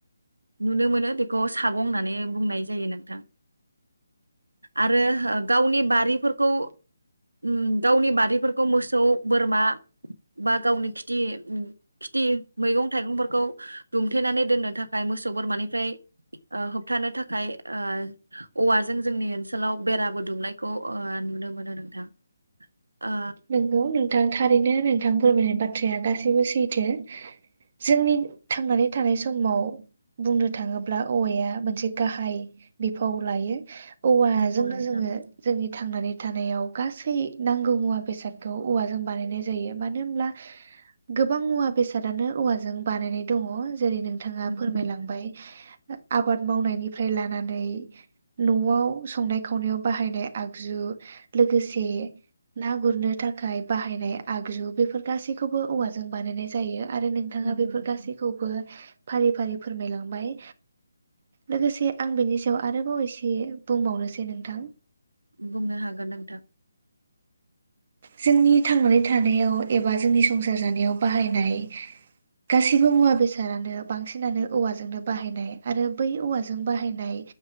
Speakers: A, on the right; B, on the right.
A: नुनो मोनो बेखौ सागं होननानै बुंनाय जायो नोंथां आरो गावनि बारिफोरखौ उम गावनि बारिफोरखौ मोसौ बोरमा बा गावनि खिथि खिथि मैगं थाइगंफोरखौ दुमथेनानै दोननो थाखाय मोसौ बोरमानिफ्राय ओ होबथानो थाखाय ओ औवाजों जोंनि ओनसोलाव बेराबो दुमनायखौ‌ ओ नुनो मोनो नोंथां ओ
B: नंगौ नोंथां थारैनो नोंथां फोरमायनाय बाथ बाथ्राया गासैबो सैथो जोंनि थांनानै थानाय समाव बुंनो थाङोब्ला औवाया मोनसे गाहाय बिफाव लायो औवाजोंनो
A: नंगौ नोंथां
B: जोंङो जोंनि थांनानै थानायाव गासै नांगौ मुवा बेसादखौ औवाजों बानायनाय जायो मानो होनोमब्ला गोबां मुवा बेसादानो औवाजों बानायनाय दङ जेरै नोंथाङा
A: नंगौ
B: फोरमायलांबाय
A: नोंथां
B: आबाद मावनायनिफ्राय लानानै नआव संनाय खावनायाव बाहायनाय आगजु लोगोसे ना गुरनो थाखाय बाहायनाय आगजु बेफोर गासैखौबो औवाजों बानायनाय जायो आरो नोंथाङा
A: नंगौ
B: बेफोर
A: नोंथां
B: गासैखौबो फारि फारि फोरमायलांबाय लोगोसे आं बिनि सायाव आरोबाव एसे बुंबावनोसै नोंथां
A: बुंनो हागोन नोंथां
B: जोंनि थांनानै थानायाव एबा जोंनि संसार जानायाव बाहायनाय गासैबो मुवा बेसादानो बांसिनानो औवाजोंनो बाहायनाय आरो बै औवाजों बाहायनाय